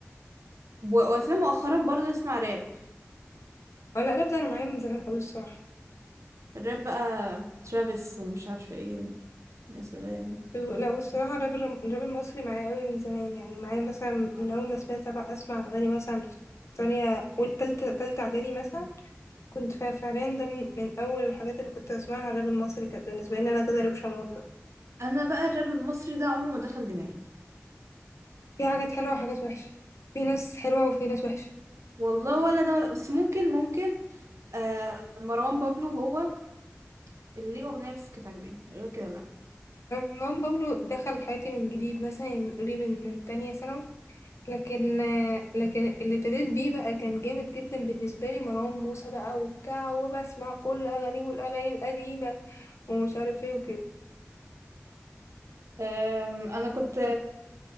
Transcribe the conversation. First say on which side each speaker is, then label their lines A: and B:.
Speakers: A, on the right; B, on the left.
A: و- وأساسا مؤخرا برضه أسمع راب
B: ولا راب ده انا معايا من زمان قوي الصراحه
A: الراب بقى ترافيس ومش عارفة ايه يا سلام
B: و- لا والصراحه الراب الر- الراب المصري معايا قوي من زمان يعني معايا مثلا من اول ما سمعت بقى اسمع اغاني مثلا في تانية أول تالتة تالتة إعدادي مثلا كنت فا- فعليا ده من, من أول الحاجات اللي كنت أسمعها الراب المصري كانت بالنسبة لي أنا كده روشة موت بقى.
A: أنا بقى الراب المصري ده عمره ما دخل دماغي
B: في حاجات حلوة وحاجات وحشة في ناس حلوة وفي ناس وحشة
A: والله ولا ده ولا بس ممكن ممكن آه مروان بابلو هو اللي ليه أغنية بس كانت عجباني غير كده لأ
B: مروان بابلو دخل حياتي من جديد مثلا نقولي من من تانية ثانوي لكن لكن اللي ابتديت بيه بقى كان جامد جدا بالنسبة لي مروان موسى بقى وبتاع وبسمع كل أغانيه والأغاني القديمة ومش عارف ايه وكده
A: آم، أنا كنت